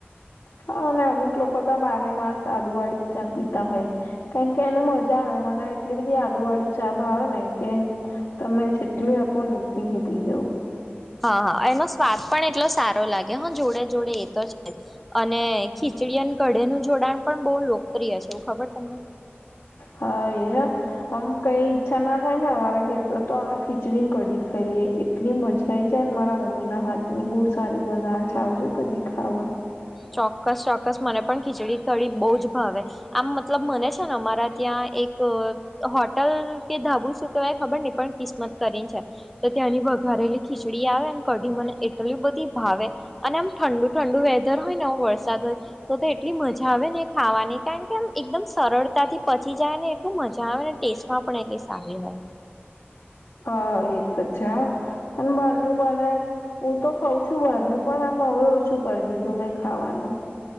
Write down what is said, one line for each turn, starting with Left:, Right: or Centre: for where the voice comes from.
Left: હા અને અમુક લોકો તો બારે માસ આદુ વાળી જ ચા પીએ તા હોય કારણ કે એનું મજા આવે મને એટલી બધી આદુ વાળી ચા ભાવે ને કે તમે જેટલી આપો ને એટલી હું પીજઉં
Centre: હા હા એનો સ્વાદ પણ એટલો સારો લાગે હા જોડે જોડે એ તો છે અને ખીચડી અને કઢે નું જોડાણ પણ બહુ લોકપ્રિય છે એવું ખબર તમને
Left: હા એયા અમ કઈ ઈચ્છા ના થાય ને વારે અમારા ઘે તો તો અમે ખીચડી કડી ખાઈલીએ એટલી મજા આઈ જાયને મારા મમ્મી ના હાત ની બહુ સારી બનાવે છે આવજો કડી ખાવા
Centre: ચોક્કસ ચોક્કસ મને પણ ખીચડી કઢી બહુ જ ભાવે આમ મતલબ મને છે અમારા ત્યાં એક હોટલ કે ધાબુ શું કેવાય ખબર નહી પણ કિસ્મત કરીને છે તો ત્યાંની વઘારેલી ખીચડી આવે ને કઢી મને એટલી બધી ભાવે અને આમ ઠંડુ ઠંડુ વેધર હોય ને આવું વરસાદ હોય તો તો એટલી મજા આવે ને ખાવાની કારણ કે આમ એકદમ સરળતાથી પચી જાય ને એટલું મજા આવે ને ટેસ્ટ માં પણ એટલી સારી હોય
Left: હા એ તો છ અને બાનુ બને હું તો ખઉં છું બારનું પણ આમ હવે ઓછું કરી દીધું મેં ખાવાનું